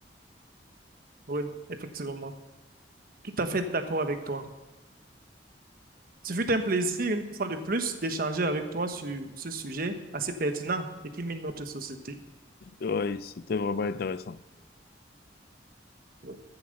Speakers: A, on the right; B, on the left.
A: Oui, effectivement. Tout à fait d'accord avec toi. Ce fut un plaisir, une fois de plus, d'échanger avec toi sur ce sujet assez pertinent et qui mine notre société.
B: Ouais, c'était vraiment intéressant.
A: Oui.